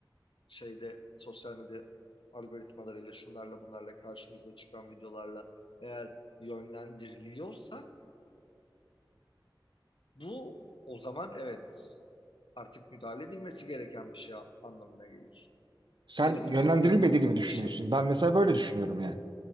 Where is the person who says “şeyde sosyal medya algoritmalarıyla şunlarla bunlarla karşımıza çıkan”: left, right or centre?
Left